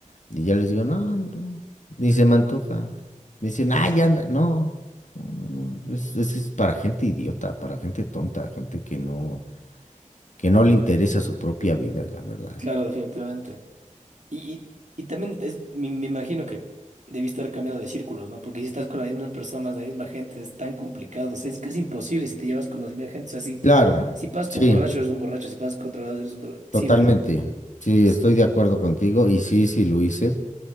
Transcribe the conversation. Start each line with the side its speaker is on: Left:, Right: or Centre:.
Left: y ya les digo, no, no, ni se me antoja. Me dicen, ah, ya anda, no, no, no, no, es, es, es para gente idiota, para gente tonta, gente que no, que no le interesa su propia vida, la verdad.
Right: Claro, definitivamente. Y, y, y también es, me, me imagino que debiste haber cambiado de círculos, ¿no? Porque si estás con las mismas personas, la misma gente, es tan complicado. O sea, es casi imposible si te llevas con la misma gente. O sea, si,
Left: Claro,
Right: si pasas
Left: sí,
Right: con borrachos, eres un borracho. Si pasas con drogados, eres un drogado.
Left: totalmente.
Right: Siempre.
Left: Sí,
Right: S-
Left: estoy de acuerdo contigo y sí, sí lo hice.